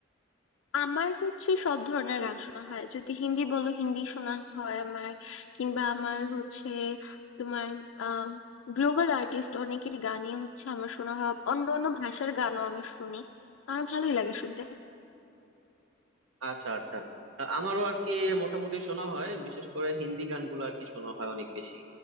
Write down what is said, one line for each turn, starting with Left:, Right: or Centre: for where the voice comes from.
Left: আমার হচ্ছে সব ধরনের গান শোনা হয় যদি হিন্দি বলো হিন্দি শোনা হয় আমার কিংবা আমার হচ্ছে তোমার আহ গ্লোবাল আর্টিস্ট অনেকের গানই হচ্ছে আমার শোনা হয় অন্য অন্য ভাষার গানও আমি শুনি আমার ভালোই লাগে শুনতে
Right: আচ্ছা আচ্ছা আ- আমারও আর কি মোটামুটি শোনা হয় বিশেষ করে হিন্দি গানগুলো আর কি শোনা হয় অনেক বেশি